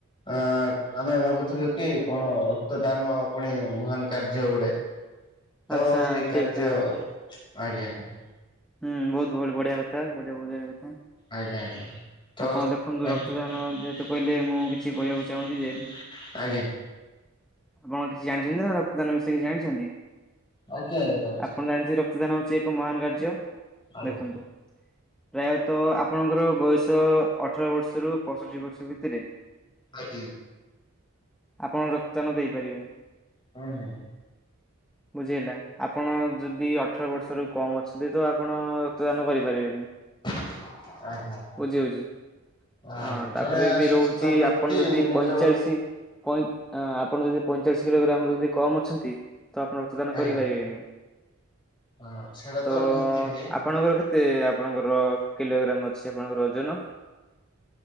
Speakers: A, on the left; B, in the centre.
A: ଅ-ଆମେ ଭାବୁଥିଲୁ କି କଣ ରକ୍ତ ଦାନ ପୁଣି ମହାନ କାର୍ଯ୍ୟ ଗୋଟେ ତ
B: ଆଚ୍ଛା
A: ସେଇ
B: ଠିକ
A: କାର୍ଯ୍ୟ
B: ହଁ।
A: ଆଜ୍ଞା ଆଜ୍ଞା।
B: ହୁଁ ବହୁତ ବହୁତ ବଢିଆ କଥା ବଢିଆ ବହୁତ କଥା।
A: ଆଜ୍ଞା ଆଜ୍ଞା। ତ
B: ଆପଣ ଦେଖନ୍ତୁ
A: <inaudible>
B: ରକ୍ତଦାନ ଯେହେତୁ କହିଲେ ମୁଁ କିଛି କହିବାକୁ ଚାହୁଁଛି ଯେ
A: ଆଜ୍ଞା।
B: ଆପଣ କିଛି ଜାଣିଛନ୍ତି ନା ରକ୍ତଦାନ ବିଷୟ ରେ କିଛି ଜାଣିଛନ୍ତି
A: ଆଜ୍ଞା ଜାଣିଛି
B: ଆପଣ ଜାଣିଥି ଦାନ ହଉଛି ଏକ ମହାନ କାର୍ଯ୍ୟ
A: ଆଜ୍ଞା।
B: ଦେଖନ୍ତୁ ପ୍ରାୟତଃ ଆପଣଙ୍କର ବୟସ ତ ଅଠର ବର୍ଷ ରୁ ପଞ୍ଚଷଠି ବର୍ଷ ଭିତରେ
A: ଆଜ୍ଞା।
B: ଆପଣ ରକ୍ତଦାନ ଦେଇପାରିବେ।
A: ହୁଁ ହୁଁ।
B: ବୁଝିହେଲା ଆପଣ ଯଦି ଅଠର ବର୍ଷରୁ କମ୍ ଅଛନ୍ତି ତ ଆପଣ ରକ୍ତଦାନ କରିପାରିବେନି।
A: ଆଜ୍ଞା।
B: ବୁଝି ହଉଛି
A: ଆଜ୍ଞା
B: ହଁ ତାପରେ
A: ଜଣେ
B: ବି
A: ସୁସ୍ଥ
B: ରହୁଛି
A: ବ୍ୟକ୍ତି
B: ଆପଣ ଯଦି
A: ନିଜ
B: ପଇଁଚାଳିଶ ଆପଣ ଯଦି ପଇଁଚାଳିଶ କିଲୋଗ୍ରାମ ରୁ ଯଦି କମ୍ ଅଛନ୍ତି ତ ଆପଣ ରକ୍ତଦାନ
A: ଆଜ୍ଞା
B: କରିପାରିବେନି
A: ହଁ ସେଇଟା
B: ତ ଆପ
A: ନିହାତି ଭାଇ
B: ଆପଣଙ୍କର କେତେ ଆପଣଙ୍କର କିଲୋଗ୍ରାମ୍ ଅଛି ଆପଣଙ୍କର ଓଜନ?